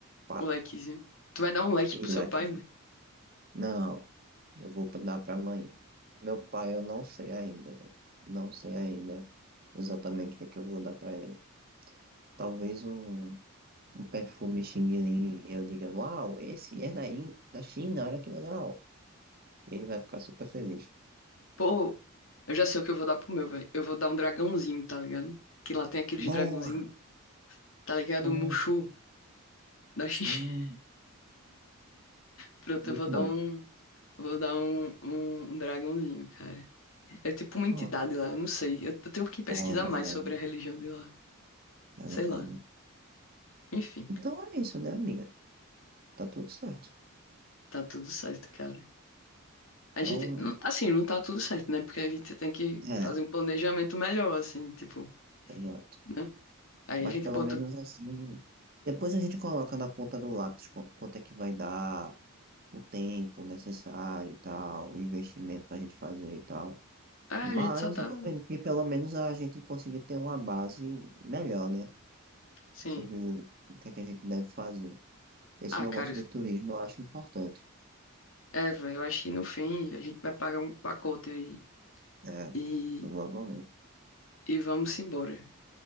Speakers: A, on the right; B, on the left.
A: Pá,
B: molequezinho. Tu vai dar um leque
A: eu
B: pro seu
A: lá
B: pai,
A: que, não, eu vou dar para amanhã. Meu pai, eu não sei ainda. Não sei ainda exatamente o que é que eu vou dar para ele. Talvez um, um perfume Xing Ling e eu diga, uau, esse é daí, da China, olha que legal. Ele vai ficar super feliz.
B: Pô, eu já sei o que eu vou dar pro meu, velho. Eu vou dar um dragãozinho, tá ligado? Que lá tem aqueles
A: Boa,
B: dragãozinhos, tá ligado?
A: bom,
B: O Mushu da
A: sim,
B: China. <laughs> Pronto,
A: muito
B: eu vou dar
A: bom.
B: um. Vou dar um, um, um dragãozinho, cara. É tipo uma
A: Pronto,
B: entidade lá, eu não sei. Eu, eu tenho que pesquisar
A: ah, é verdade,
B: mais sobre a religião de lá.
A: é
B: Sei
A: verdade.
B: lá. Enfim,
A: Então é isso, né, amiga? Tá tudo certo.
B: tá tudo certo, cara.
A: Então,
B: A gente. não- Assim, não tá tudo certo, né? Porque a gente tem que
A: é.
B: fazer um planejamento melhor, assim, tipo,
A: Exato.
B: né? Aí
A: Mas
B: a gente
A: pelo
B: bota.
A: menos assim. Depois a gente coloca na ponta do lápis qu- quanto é que vai dar, o tempo necessário e tal, o investimento pra gente fazer e tal.
B: Ah,
A: Mas
B: a gente só tá.
A: eu acredito que pelo menos a gente conseguir ter uma base melhor, né?
B: Sim.
A: Sobre o que é que a gente deve fazer. Esse
B: Ah,
A: negócio
B: cara.
A: do turismo eu acho importante.
B: É, velho, eu acho que no fim a gente vai pagar um pacote aí.
A: É,
B: E,
A: provavelmente.
B: e vamos embora,